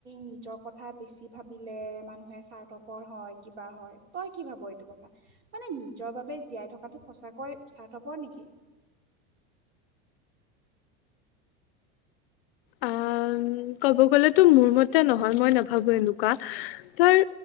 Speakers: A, on the right; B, on the left.
A: নিজৰ কথা বেছি ভাবিলে মানুহে স্বাৰ্থপৰ হয় কিবা হয় তই কি ভাব এইটো কথা? মানে নিজৰ বাবে জীয়াই থকাটো সঁচাকৈ স্বাৰ্থপৰ নেকি?
B: আহ ক'ব গ'লেতো মোৰ মতে নহয় মই নাভাবো এনেকুৱা, ধৰ